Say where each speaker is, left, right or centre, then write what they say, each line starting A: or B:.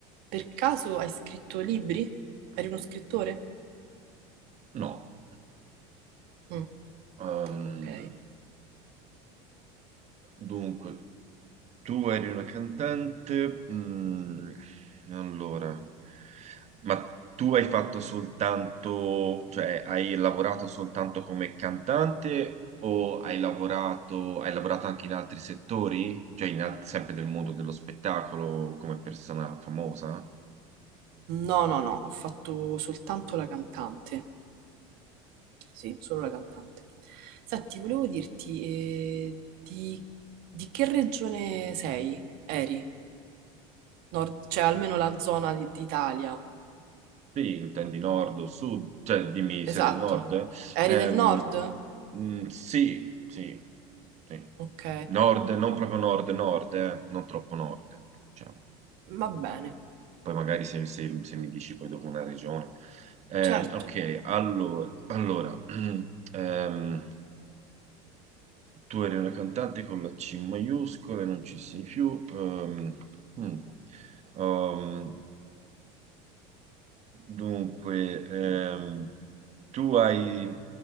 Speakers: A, on the right; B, on the right.
A: per caso hai scritto libri? Eri uno scrittore?
B: no.
A: Mm,
B: Ehm,
A: ok.
B: dunque. Tu eri una cantante, mm, allora, ma tu hai fatto soltanto, cioè hai lavorato soltanto come cantante o hai lavorato, hai lavorato anche in altri settori? Cioè in alt- sempre del mondo dello spettacolo come persona famosa?
A: No, no, no, ho fatto soltanto la cantante. Sì, solo la cantante. Senti, volevo dirti, eh, di, di che regione sei? Eri? Nord, cioè almeno la zona di- d'Italia.
B: Sì, intendi nord o sud, cioè dimmi
A: Esatto.
B: se del nord.
A: Eri
B: Ehm,
A: del nord?
B: mm, sì, sì, sì.
A: Ok,
B: Nord, non proprio nord, nord, eh, non troppo nord. diciamo.
A: va bene.
B: Poi magari se, se- se mi dici poi dopo una regione. Ehm,
A: Certo.
B: ok, allora, allora, <clears throat> ehm, tu eri una cantante con la C maiuscola e non ci sei più. ehm, mm. Ehm, Dunque, ehm, tu hai,